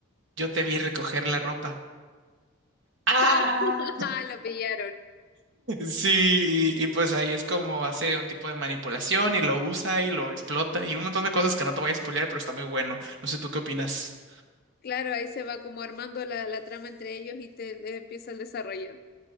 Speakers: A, on the right; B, on the left.
A: Yo te vi recoger la ropa. ¡Ah!
B: <laughs> Lo pillaron.
A: Sí, y, y pues ahí es como hace un tipo de manipulación y lo usa y lo explota y un montón de cosas que no te voy a spoilear, pero está muy bueno. No sé tú qué opinas.
B: Claro, ahí se va como armando la, la trama entre ellos y te, te empieza el desarrollo.